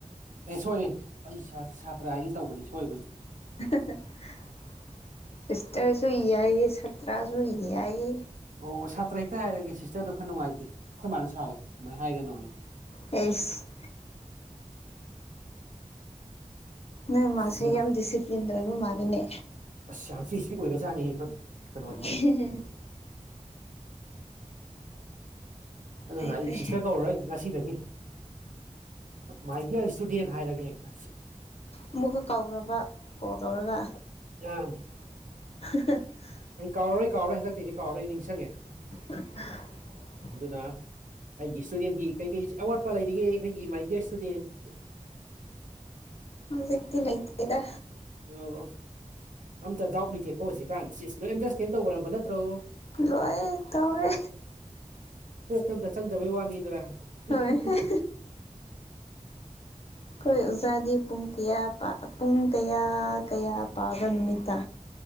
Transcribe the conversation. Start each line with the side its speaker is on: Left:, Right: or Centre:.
Right: ꯑꯦ ꯁꯣꯏꯔꯦ ꯑꯩ ꯁꯥꯇ꯭ꯔ ꯍꯥꯏꯒꯦ ꯇꯧꯕꯅꯦ ꯁꯣꯏꯕꯅꯤ
Left: <unintelligible> ꯁꯤꯁꯇꯔꯁꯨ ꯁꯠꯇ꯭ꯔꯥꯁꯨ ꯌꯥꯌꯦ
Right: ꯑꯣ ꯁꯥꯇ꯭ꯔ ꯍꯦꯛꯇ ꯍꯥꯏꯔꯒꯦ ꯁꯤꯁꯇꯔꯗꯣ ꯈꯔ ꯅꯨꯡꯉꯥꯏꯇꯦ ꯑꯩꯈꯣꯏ ꯃꯥꯅ ꯁꯥꯎꯋꯦ ꯀꯃꯥꯏ ꯍꯥꯏꯒꯅꯨ ꯍꯥꯏ
Left: ꯑꯦꯁ ꯅꯣꯏ ꯃꯥꯁꯦ
Right: ꯑꯗꯨꯅ
Left: ꯌꯥꯝ ꯗꯤꯁꯤꯄ꯭ꯂꯤꯟ ꯑꯣꯏꯕ ꯃꯥꯜꯂꯅꯦ
Right: ꯑꯁ ꯌꯥꯝꯇꯤ ꯏꯁꯤꯛ <unintelligible> ꯑꯣꯏ ꯀꯩꯅꯣꯅꯤ
Left: <unintelligible>
Right: ꯑꯗꯨꯅ
Left: ꯐꯩ
Right: ꯑꯩ
Left: ꯐꯩ
Right: ꯁꯤꯁꯇꯔ ꯀꯧꯔꯔꯣꯏ ꯑꯩ ꯉꯁꯤꯗꯒꯤ ꯃꯥꯥꯏ ꯗꯤꯔꯥ ꯏꯁꯇꯨꯗꯦꯟ ꯍꯥꯏꯔꯒꯦ ꯍꯦꯛꯇ
Left: ꯑꯃꯨꯛꯀ ꯀꯥꯎꯈ꯭ꯔꯕ ꯀꯣꯜ ꯇꯧꯔꯒ
Right: <unintelligible>
Left: <unintelligible>
Right: ꯑꯩ ꯀꯥꯎꯔꯣꯏ ꯀꯥꯎꯔ ꯍꯗꯛꯇꯗꯤ ꯀꯥꯎꯔ ꯑꯩ ꯅꯤꯡꯁꯤꯡꯉꯦ
Left: <unintelligible>
Right: ꯑꯗꯨꯅ ꯑꯩꯒꯤ ꯏꯁꯇꯨꯗꯦꯟꯒꯤ ꯀꯩꯀꯩ ꯑꯋꯥꯠꯄ ꯂꯩꯔꯤꯒꯦ ꯑꯩꯈꯣꯏꯒꯤ ꯃꯥꯏ ꯗꯗꯤꯌꯔ ꯏꯁꯇꯨꯗꯦꯟ
Left: ꯍꯧꯖꯤꯛꯇꯤ ꯂꯩꯇꯗ
Right: ꯑꯣ ꯑꯝꯇ ꯗꯥꯎꯠ ꯂꯩꯇꯦꯀꯣ ꯍꯧꯖꯤꯛꯀꯥꯟ ꯁꯤꯁ ꯅꯣꯏ ꯑꯟꯗꯔꯁꯇꯦꯟ ꯇꯧꯔꯥꯕ ꯅꯠꯇ꯭ꯔꯣ
Left: ꯂꯣꯏꯦ ꯇꯧꯔꯦ
Right: ꯀꯣꯛꯇꯝꯇ ꯆꯪꯗꯕꯩ ꯋꯥꯅꯤ ꯑꯗꯨꯔ <unintelligible>
Left: ꯍꯣꯏ ꯑꯩꯈꯣꯏ ꯑꯩꯈꯣꯏ ꯑꯣꯖꯥꯗꯤ ꯄꯨꯡ ꯀꯌꯥ ꯄꯨꯡ ꯀꯌꯥ ꯀꯌꯥ ꯄꯥꯕ ꯅꯨꯃꯤꯠꯇ